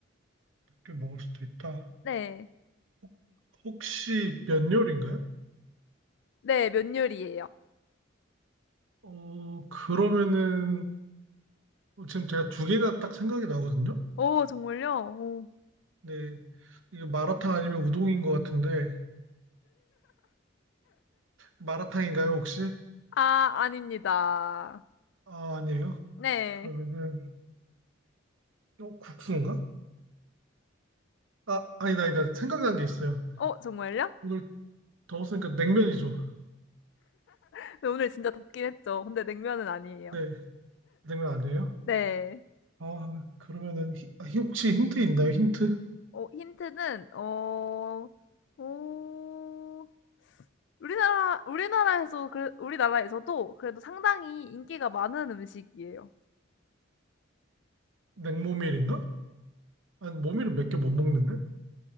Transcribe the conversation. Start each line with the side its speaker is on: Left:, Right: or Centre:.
Right: 몇개 먹을 수도 있다.
Left: 네.
Right: 혹- 혹시 면 요리인가요?
Left: 네 면 요리예요.
Right: 어 그러면은 어, 지금 제가 두 개가 딱 생각이 나거든요.
Left: 오 정말요? 오.
Right: 네 이게 마라탕 아니면 우동인 것 같은데 마라탕인가요 혹시?
Left: 아 아닙니다.
Right: 아 아니에요.
Left: 네.
Right: 그러면은 어, 국수인가? 아, 아니다, 아니다. 생각난 게 있어요.
Left: 어 정말요?
Right: 오늘 더웠으니까 냉면이죠.
Left: 근데 오늘 진짜 덥긴 했죠. 근데 냉면은 아니에요.
Right: 네, 냉면 아니에요?
Left: 네.
Right: 아, 그러면은 히- 아, 히- 혹시 힌트 있나요? 힌트?
Left: 어 힌트는 어 어 우리나라 우리나라에서 그 우리나라에서도 그래도 상당히 인기가 많은 음식이에요.
Right: 냉모밀인가? 아니, 모밀은 몇 개 못 먹는데?